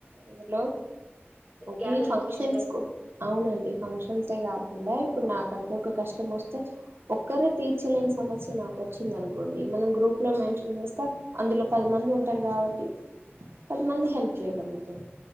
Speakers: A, on the right (about 65°); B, on the right (about 30°).
A: అందులో ఓన్లీ
B: గ్యాదర్
A: ఫంక్షన్స్
B: కావచ్చు కదా
A: కు అవునండి ఫంక్షన్సే కాకు డ ఇప్పుడు నాక్ కంటు ఒక కష్టం వస్తే ఒక్కరే తీర్చలేని సమస్య నాకు వచ్చింది అనుకోండి మనం గ్రూప్ లో మే మెన్షన్ చేస్తా అందులో పది మంది ఉంటారు కాబట్టి పది మంది హెల్ప్ చేయగలుగుతాం